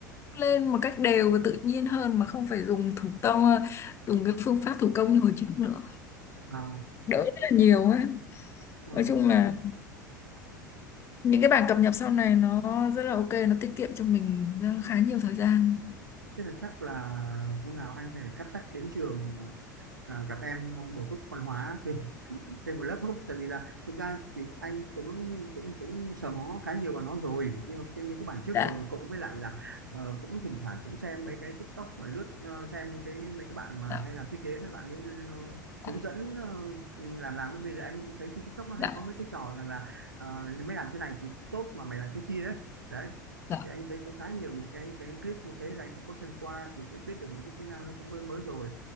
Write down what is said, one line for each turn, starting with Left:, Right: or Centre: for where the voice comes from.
Left: lên một cách đều và tự nhiên hơn mà không phải dùng thủ công ờ, dùng cái phương pháp thủ công như hồi trước nữa
Right: à,
Left: đỡ rất là nhiều ấy
Right: ờ,
Left: nói
Right: ok.
Left: chung là những cái bản cập nhật sau này nó rất là ok nó tiết kiệm cho mình ờ, khá nhiều thời gian
Right: Thế là chắc là hôm nào anh phải cắp sách đến trường à, gặp em bổ túc văn hóa thêm, <laughs> thêm một lớp không? Tại vì là thực ra thì anh cũng cũng, cũng sờ mó khá nhiều vào nó rồi nhưng mà những cái bản trước
Left: dạ
Right: rồi cộng với lại là ờ, cũng thỉnh thoảng cũng xem mấy cái TikTok mà lướt ờ, xem cái mấy cái bạn mà
Left: dạ
Right: hay làm thiết kế mấy bạn ấy ờ,
Left: dạ
Right: hướng dẫn ờ, làm làm bây giờ em thấy trên TikTok nó hay
Left: dạ
Right: có mấy cái trò rằng là ờ, mày làm thế này thì cũng tốt mà mày làm thế kia ấy. Đấy
Left: dạ
Right: thì anh thấy cũng khá nhiều những cái cái clip như thế là anh cũng có xem qua thì cũng biết được những cái kỹ năng nó cũng mới mới rồi